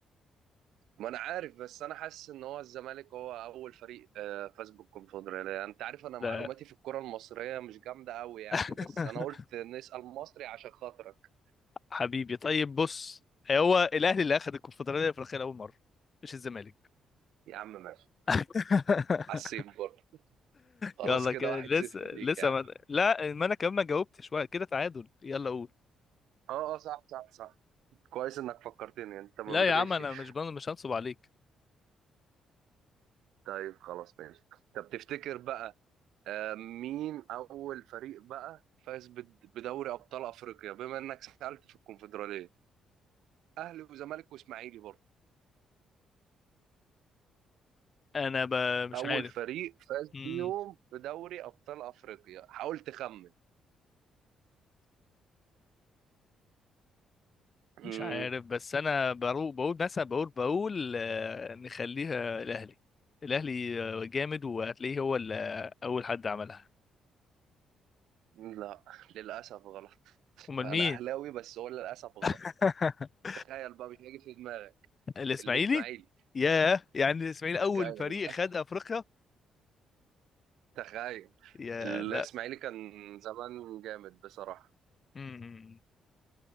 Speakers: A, on the right; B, on the left.
A: ما انا عارف بس انا حاسس ان هو الزمالك هو اول فريق آه، فاز بالكونفدراليه انت عارف انا معلوماتي
B: لا
A: في الكره المصريه مش جامده قوي يعني
B: <laughs>
A: بس انا قلت نسال مصري عشان خاطرك
B: حبيبي طيب بص هو الاهلي اللي اخذ الكونفدراليه الافريقيه لاول مره مش الزمالك
A: يا عم ماشي
B: <laughs>
A: حسيت برضه خلاص
B: يلا
A: كده
B: كده
A: واحد
B: لسه
A: صفر
B: لسه
A: ليك يا عم
B: ما... لا ما انا كمان ما جاوبتش واحد كده تعادل يلا قول
A: اه اه صح صح صح كويس انك فكرتني انت ما
B: لا
A: بتغشش
B: يا عم انا مش بن... مش هنصب عليك
A: <laughs> طيب خلاص ماشي طب تفتكر بقى آه، مين أول فريق بقى فاز بد- بدوري أبطال أفريقيا بما إنك سألت في الكونفدرالية أهلي وزمالك وإسماعيلي برضه
B: انا ب... مش
A: أول
B: عارف
A: فريق فاز
B: امم
A: بيهم بدوري أبطال أفريقيا حاولت أخمن
B: مش
A: مم،
B: عارف بس انا بقول بقول مثلا بقول بقول آه، نخليها الاهلي الاهلي آه، جامد وهتلاقيه هو اللي اول حد عملها
A: لا للأسف غلط
B: امال
A: أنا
B: مين
A: أهلاوي بس هو للأسف غلط
B: <laughs>
A: تخيل بقى مش هيجي في دماغك
B: الاسماعيلي
A: الإسماعيلي
B: ياه يعني الاسماعيلي اول
A: تخيل
B: فريق
A: بقى.
B: خد افريقيا
A: <laughs> تخيل
B: يا
A: الإسماعيلي
B: لا
A: كان زمان جامد بصراحة
B: امم